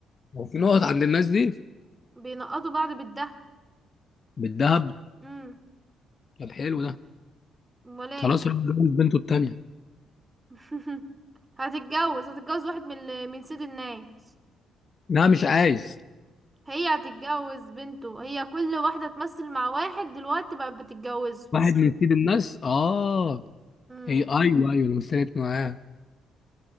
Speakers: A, on the left (about 45°); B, on the right (about 20°).
A: هو في نقط عند الناس دي
B: بينقطوا بعض بالده
A: بالذهب
B: امم
A: طب حلو ده
B: امال ايه
A: خلاص راح جوز بنته التانية
B: <laughs> هتتجوز هتتجوز واحد من ال- من سيد الناس
A: لا مش عايز
B: هي هتتجوز بنته هي كل واحدة تمثل مع واحد دلوقتي بقت بتتجوزه
A: واحد من سيد الناس اه
B: امم
A: هي ايوه ايوه اللي مثلت معاه